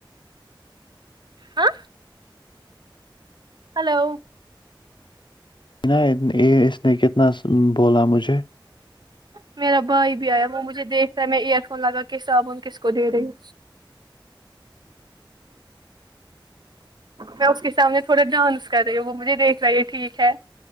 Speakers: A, on the right; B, on the left.
A: ہاں ہیلو
B: یہ اس نے کتنا بولا مجھے
A: میرا بھائی بھی آیا وہ مجھے دیکھ رہا ہے میں ایئر فون لگا کہ صابن کس کو دے رہی ہوں میں اس کے سامنے تھوڑا ڈانس کر رہی ہوں وہ مجھے دیکھ رہا ہے ٹھیک ہے